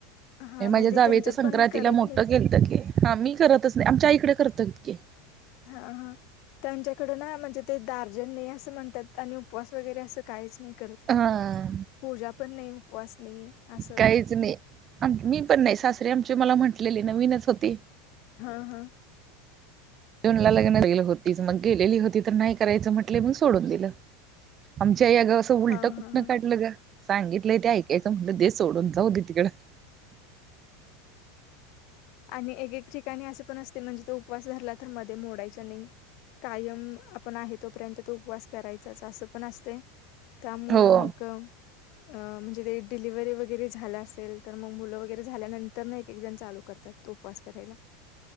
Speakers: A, on the left; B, on the right.
A: हा
B: माझ्या
A: म्हणजे
B: जावेच
A: त्यांच्यात
B: संक्रांतीला
A: पण करत
B: मोठ
A: नाही
B: केलत की आम्ही करतच नाही. आमच्या आईकडे करत की.
A: हा हा. त्यांच्याकड ना म्हणजे, ते दार्जन नाही असं म्हणतात आणि उपवास वगैरे असं काहीच नाही. त
B: हा
A: पूजा पण नाही उपवास नाही असं.
B: काहीच नाही. मी पण नाही सासरीे आमची मला म्हटलेली नवीनच होती.
A: हा हा.
B: जूनला लग्नला गेली होतीच. मग गेलेली होती तर नाही करायचं म्हटले मग सोडून दिलं. आमच्या या गाव असं उलटं
A: हा
B: कुठन
A: हा हा.
B: काढलं ग. सांगितलंय ते ऐकायचं म्हटलं ते सोडून जाऊ दे तिकडं.
A: आणि एक एक पाणी असे पण असते म्हणजे तो उपवास रला तर मध्ये मोडायचा नाही. कायम आपण आहे तोपर्यंत तो उपवास करायचाच असं पण असत. त्यामुळे
B: हो
A: मग अअ म्हणजे ते डिलिव्हरी वगैरे झालं असेल तर मग मुलं व झाल्यानंतर ना एक एक जण चालू करतात, तो उपवास करायला.